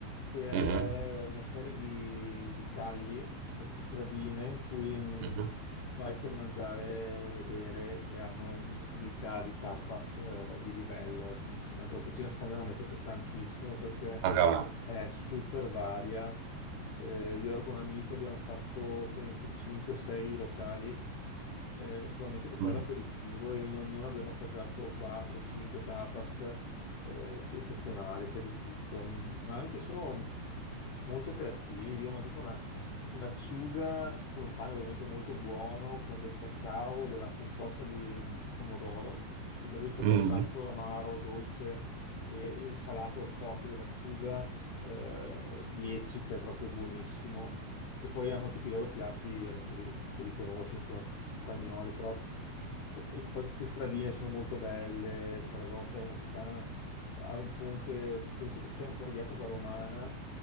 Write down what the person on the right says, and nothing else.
mhm,
mhm.
Anche a me.
Mhm,
mhm,